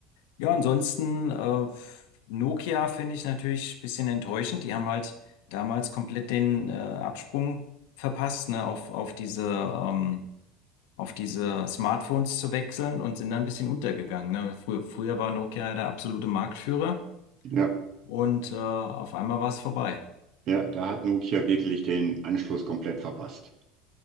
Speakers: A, on the left; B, on the right.
A: ja, ansonsten, äh, Nokia finde ich natürlich ein bisschen enttäuschend. Die haben halt damals komplett den äh, Absprung verpasst, ne, auf, auf diese, ähm, auf diese Smartphones zu wechseln und sind dann ein bisschen untergegangen. Ne? Früher, früher war Nokia ja der absolute Marktführer
B: Ja,
A: und äh, auf einmal war es vorbei.
B: ja, da hat Nokia wirklich den Anschluss komplett verpasst.